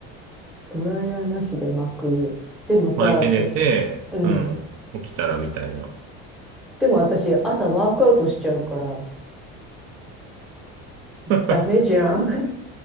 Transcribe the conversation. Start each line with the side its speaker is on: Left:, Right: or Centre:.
Centre: ドライヤーなしで巻く。でもさ、
Right: 巻いて寝て、
Centre: 私、うん。
Right: うん。起きたらみたいな。
Centre: でも私、朝ワークアウトしちゃうから、
Right: <laughs>
Centre: ダメじゃん。